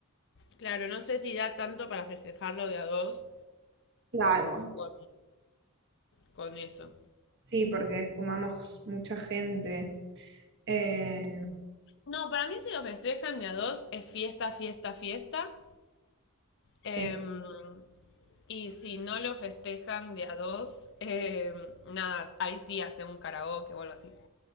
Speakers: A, on the left; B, on the right.
A: Claro, no sé si da tanto para festejarlo de a dos
B: Claro,
A: con, con eso.
B: sí, porque sumamos mucha gente. Eh,
A: No, para mí si lo festejan de a dos es fiesta, fiesta, fiesta.
B: sí.
A: Em, y si no lo festejan de a dos, em, nada, ahí sí hace un karaoke o algo así.